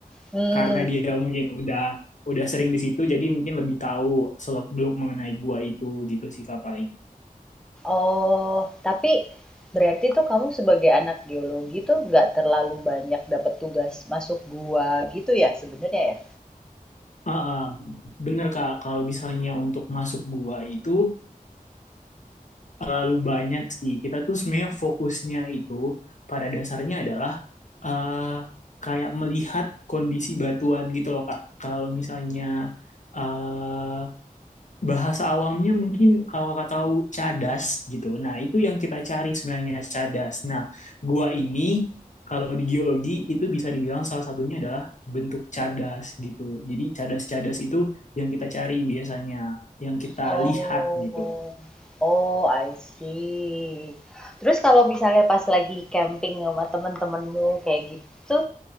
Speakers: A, in the centre; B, on the left (about 55°).
A: Hmm.
B: karena dia mungkin udah udah sering di situ jadi mungkin lebih tahu seluk beluk mengenai gua itu gitu sih kak paling
A: oh, tapi berarti tuh kamu sebagai anak geologi tuh nggak terlalu banyak dapat tugas masuk gua gitu ya sebenarnya ya?
B: Ah, ah, bener kak kalau misalnya untuk masuk gua itu terlalu banyak sih kita tuh sebenarnya fokusnya itu pada dasarnya adalah eh kayak melihat kondisi batuan gitu loh kak kalau misalnya eh bahasa awamnya mungkin kalau kakak tahu cadas gitu. Nah, itu yang kita cari sebenarnya cadas. Nah, gua ini kalau di geologi itu bisa dibilang salah satunya adalah bentuk cadas gitu. Jadi cadas-cadas itu yang kita cari biasanya, yang kita
A: Oh.
B: lihat gitu.
A: Oh, I see. Terus kalau misalnya pas lagi camping sama temen-temenmu kayak gitu,